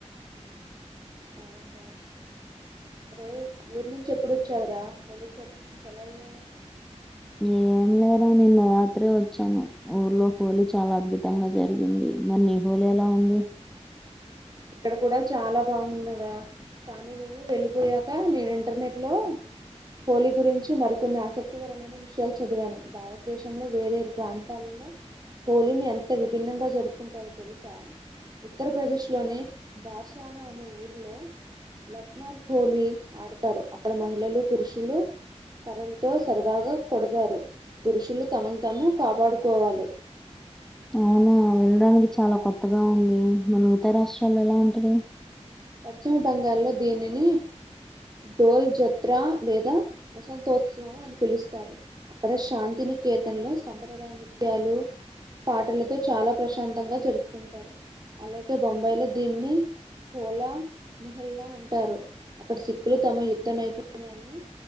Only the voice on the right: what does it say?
<inaudible> ఒరేయ్ ఊరి నుంచి ఎపుడు ఒచ్చావ్ రా పోలీస్ సర్పరేషన్స్ ఎలా అయ్యాయి
ఇక్కడ కూడా చాలా బావుంది రా కానీ నువ్వు వెళ్ళిపోయాక నేను ఇంటర్నెట్ లో హోలీ గురించి మరికొన్ని ఆసక్తికరమైన విషయాలు చదివాను భారతదేశంలో వేరే ప్రాంతాలలో హోలీని ఎంత విభిన్నంగా జరుపుకుంటారో తెలుసా ఉత్తరప్రదేశ్ లోనే బార్శన అనే ఊర్ లో లక్నార్ హోలీ ఆడతారు అక్కడ మహిళలు, పురుషులు కర్రలతో సరదాగా కొడతారు పురుషులు తమను తాము కాపాడుకోవాలి
పశ్చిమ బెంగాల్లో దీనిని డోల్ జోత్ర లేదా వసంతోత్సవం అని పిలుస్తారు అక్కడ శాంతిని కేేతన్లో సంప్రదాయ నృత్యాలు పాటలతో చాలా ప్రశాంతంగా జరుపుకుంటారు అలాగే బొంబాయిలో దీన్ని కోలా మహెల్లా అంటారు అక్కడ సిక్కులు తమ యుద్ధ నైపుణ్యాన్ని